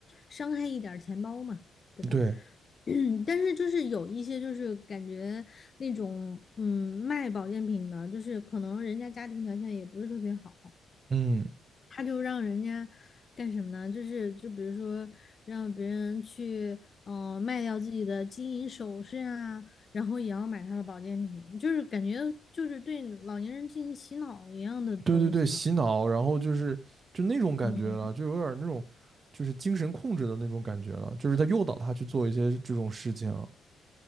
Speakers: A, on the left; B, on the right.
A: 伤害一点儿钱包嘛，对吧？
B: 对，
A: <clears throat> 嗯但是就是有一些就是感觉那种嗯卖保健品的，就是可能人家家庭条件也不是特别好。
B: 嗯。
A: 他就让人家干什么呢？就是就比如说让别人去嗯呃卖掉自己的金银首饰啊，然后也要买他的保健品，就是感觉就是对老年人进行洗脑一样的东西了。
B: 对对对，洗脑，然后就是就那种感觉了，
A: 嗯，
B: 就有点儿那种就是精神控制的那种感觉了，就是他诱导他去做一些这种事情，哦，